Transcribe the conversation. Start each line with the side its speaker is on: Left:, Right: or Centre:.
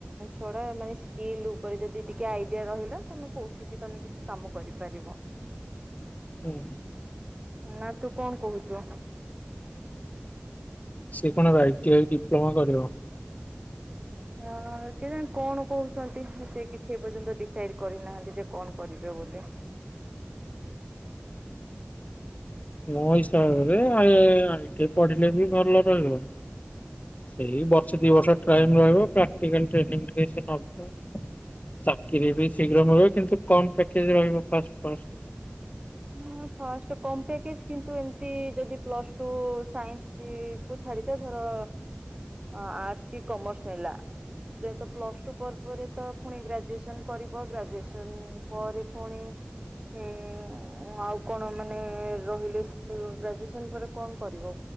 Right: ଛଡା ମାନେ ଶି ଏଇ ଲୁକ୍ ଯଦି ଟିକେ ଆଇଡିଆ ରହିଲା ତମେ କୋଉଠି ବି ତମେ କିଛି କାମ କରିପାରିବ।
Left: ହୁଁ।
Right: ନା ତୁ କଣ କହୁଚୁ?
Left: ସେ କଣ ଆଇ ଟିଆଇ ଡିପ୍ଲମା କରିବ।
Right: ନା ନା କେ ଜଣି କଣ କହୁଚନ୍ତି ସେ କିଛି ଏ ପର୍ଯ୍ୟନ୍ତ ଡିସାଇଡ କରିନାହାନ୍ତି ଯେ କଣ କରିବେ ବୋଲି।
Left: ମୋ ହିସାବରେ ଆଇ ଟିଆଇ ପଢିଲେ ବି ଭଲ ରହିବ। ସେଇ ବର୍ଷେ ଦି ବର୍ଷ ଟାଇଲ ରହିବ ପ୍ରାକ୍ଟିକାଲ ଟ୍ରେନିଙ୍ଗ୍ ଟିକେ ସେ ନବ। ଚାକିରୀ ବି ଶୀଘ୍ର ମିଳିବ କିନ୍ତୁ କମ ପ୍ୟାକେଜ ରହିବ ଫାଷ୍ଟ, ଫଷ୍ଟ।
Right: ହ ଫାଷ୍ଟ କମ ପ୍ୟାକେଜ୍ କିନ୍ତୁ ଏମିତି ଯଦି ପ୍ଲସ ଟୁ ସାଇନ୍ସ କୁ ଛାଡିଦ ଧର ଆର୍ଟସ କି କମର୍ସ ନେଲା। ଯେହେତ ପ୍ଲସ୍ ଟୁ ପରେ ପରେ ତ ପୁଣି ଗ୍ରାଜୁଏସନ କରିବ ଗ୍ରାଜୁଏସନ ପରେ ପୁଣି ଉଁ ଆଉ କଣ ମାନେ ରହିଲେ ସେ ଗ୍ରାଜୁଏସନ ପରେ କଣ କରିବ?